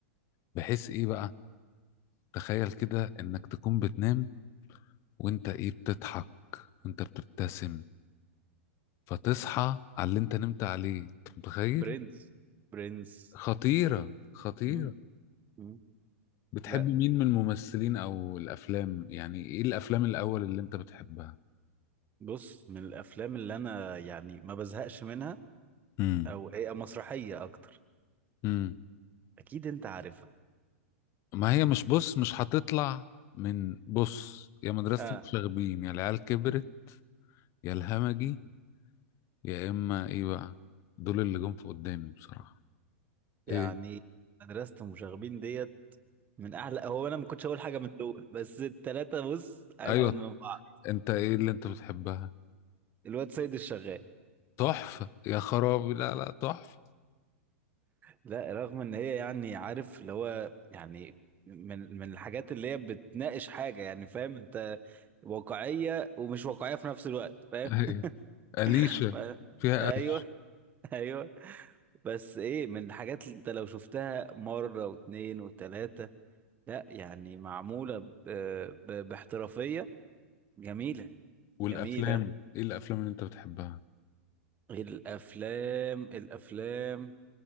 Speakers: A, on the left; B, on the right.
A: بحيث ايه بقى تخيل كده انك تكون بتنام وانت ايه بتضحك وانت بتبتسم فتصحى على اللي انت نمت عليه انت متخيل
B: برنس برنس
A: خطيره خطيره
B: مم. مم.
A: بتحب
B: لا
A: مين من الممثلين او الافلام يعني ايه الافلام الاول اللي انت بتحبها
B: بص من الافلام اللي انا يعني ما بزهقش منها
A: امم
B: او هي مسرحيه اكتر
A: امم
B: اكيد انت عارفها
A: ما هي مش بص مش هتطلع من بص يا مدرسة
B: اه
A: المشاغبين يا العيال كبرت يا الهمجي يا اما ايه بقى دول اللي جم في قدامي بصراحة
B: يعني
A: ايه
B: مدرسه المشاغبين ديت من اعلى هو انا ما كنتش اقول حاجه من دول بس التلاته بص اجمل
A: ايوه
B: من بعض
A: انت ايه اللي انت بتحبها
B: الواد سيد الشغال
A: تحفة يا خرابي لا لا تحفة
B: لا رغم ان هي يعني عارف اللي هو يعني من من الحاجات اللي هي بتناقش حاجه يعني فاهم انت واقعيه ومش واقعيه في نفس الوقت فاهم
A: <laughs> ايوه أليشة
B: <laughs>
A: فيها
B: ايوه
A: ألف
B: <laughs> ايوه بس ايه من الحاجات اللي انت لو شفتها مره واتنين وتلاته لا يعني معموله ب... ب... باحترافيه جميله
A: والافلام
B: جميله
A: ايه الافلام اللي انت بتحبها
B: غير الافلام الافلام